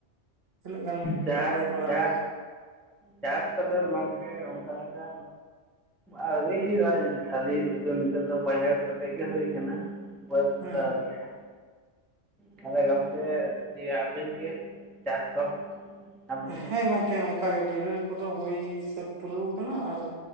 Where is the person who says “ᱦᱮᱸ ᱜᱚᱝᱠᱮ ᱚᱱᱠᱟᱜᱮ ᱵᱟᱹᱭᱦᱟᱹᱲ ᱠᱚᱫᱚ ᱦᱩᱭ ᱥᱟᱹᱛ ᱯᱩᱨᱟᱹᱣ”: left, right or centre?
Right